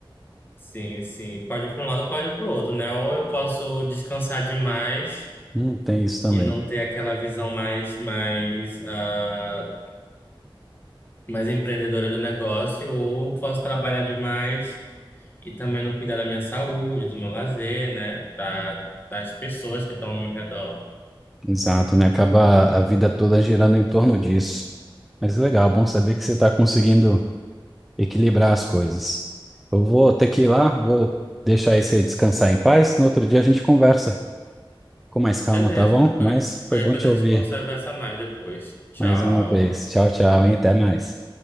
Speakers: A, on the left; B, in the centre.
A: sim, sim. Pode ir para um lado, pode ir para o outro, né? Ou eu posso descansar demais
B: Hum, tem isso também.
A: e não ter aquela visão mais, mais, ah, mais empreendedora do negócio, ou eu posso trabalhar demais e também não cuidar da minha saúde, do meu lazer, né? Da, das pessoas que estão ao meu redor.
B: Exato, né? Acaba a vida toda girando em torno disso. Mas legal, bom saber que você está conseguindo. equilibrar as coisas. Eu vou ter que ir lá, vou deixar aí você descansar em paz. No outro dia a gente conversa com mais calma,
A: Beleza,
B: tá bom?
A: qualquer
B: Mas foi
A: qualquer
B: bom
A: coisa
B: te
A: a
B: ouvir
A: gente conversa mais depois. Tchau.
B: mais uma vez. Tchau, tchau, e até mais.